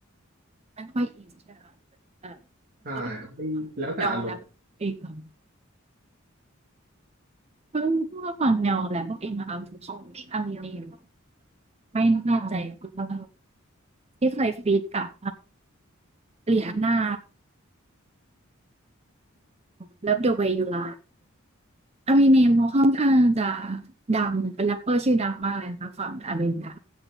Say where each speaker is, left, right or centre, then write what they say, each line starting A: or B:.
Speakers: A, on the right (about 30°); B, on the right (about 45°).
A: ไม่ค่อยอินใช่ไหมคะเออ
B: ใช่ครับมันแล้วแต่อารมณ์
A: ตัวเพิ่งมาฟังแนวแรปเองค่ะเพิ่งเพิ่งมาฟังแนวแรปเองนะคะของอามิเนมไม่แน่ใจคุณพ่อที่เคยฟีดกับเลียนหน้าเลิฟเดอะเวย์ยูไลอามิเนมเขาค่อนข้างจะดังเป็นแรปเปอร์ชื่อดังมากเลยนะคะฝั่งอเมริกา